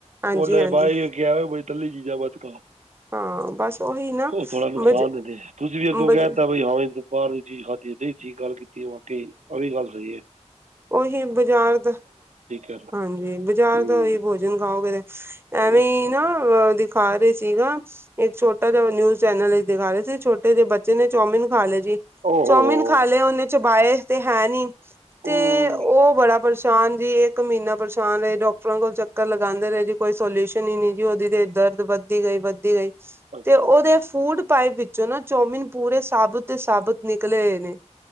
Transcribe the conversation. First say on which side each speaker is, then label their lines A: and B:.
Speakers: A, on the right; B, on the right.
A: ਹਾਂਜੀ-ਹਾਂਜੀ
B: ਉਨੇ ਬਸ ਇਹੀਓ ਕਿਹਾ ਹੈ ਬਈ ਤਲੀ ਚੀਜਾਂ ਮਤ ਖਾਓ।
A: ਹਾਂ ਬਸ ਉਹੀ ਨਾ
B: ਉਹ ਥੋੜਾ ਨੁਕਸਾਨ
A: ਬਜ
B: ਦਿੰਦੇ । ਤੁਸੀਂ ਵੀ ਅੱਗੋਂ
A: ਬਜ
B: ਕਹਿ ਤਾ ਬਈ ਹਾਂ ਬਈ ਬਾਹਰ ਦੀ ਚੀਜ਼ ਖਾਧੀ, ਦਈ ਠੀਕ ਗੱਲ ਕੀਤੀ। <unintelligible> ਆ ਵੀ ਗੱਲ ਸਹੀ ਏ।
A: ਓਹੀ ਬਾਜ਼ਾਰ ਦਾ,
B: ਹੈ
A: ਹਾਂਜੀ ਬਾਜ਼ਾਰ
B: ਹੂੰ
A: ਦਾ ਉਹੀ ਭੋਜਨ ਖਾਓਗੇ 'ਤੇ ਐਵੇਂ
B: ਹੂੰ।
A: ਈ ਨਾ ਦਿ ਖਾ ਰਹੇ ਸੀ ਨਾ, ਇੱਕ ਛੋਟਾ ਜਿਹਾ ਨਿਊਜ ਚੈਨਲ ਚ ਦਿਖਾ ਰਹੇ ਸੀ, ਛੋਟੇ ਜਿਹੇ ਬੱਚੇ ਨੇ ਚੌਮਿਨ ਖਾ ਲਏ ਸੀ,
B: ਓਹੋ
A: ਚੌਮਿਨ ਖਾ ਲਏ ਉਹਨੇ, ਚਬਾਏ ਤੇ ਹੈ ਨੀ । ਤੇ
B: ਹੂੰ
A: ਉਹ ਬੜਾ ਪਰੇਸ਼ਾ ਸ਼ਾਨ ਜੀ, ਇੱਕ ਮਹੀਨਾ ਪਰੇਸ਼ਾਨ ਰਹੇ, ਡਾਕਟਰਾਂ ਕੋਲ ਚੱਕਰ ਲਗਾਉਂਦੇ ਰਹੇ ਜੀ । ਕੋਈ ਸੋਲਿਊਸ਼ਨ ਹੀ ਨਹੀਂ ਜੀ । ਉਹਦੀ ਤੇ ਇੱਧਰ ਦਰਦ ਵੱਧਦੀ ਗਈ, ਵੱਧਦੀ ਗਈ ।
B: ਅੱਛਾ
A: ਤੇ ਉਹਦੇ
B: ਅੱਛਾ
A: ਫੂਡ ਪਾਈਪ ਵਿੱਚੋਂ ਨਾ ਚੋਮਿਨ ਪੂਰੇ ਸਾਬੁਤ ਦੇ ਸਾਬੁਤ ਨਿਕਲੇ ਹੋਏ ਨੇ।